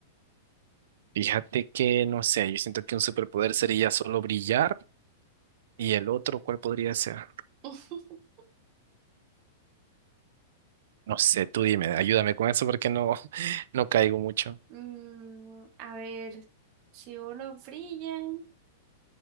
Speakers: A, on the right (about 60°); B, on the right (about 30°).
A: Fíjate que, no sé, yo siento que un superpoder sería solo brillar y el otro, ¿cuál podría ser?
B: <laughs>
A: No sé, tú dime, ayúdame con eso porque no, <laughs> no caigo mucho,
B: Mm, a ver, si uno brilla,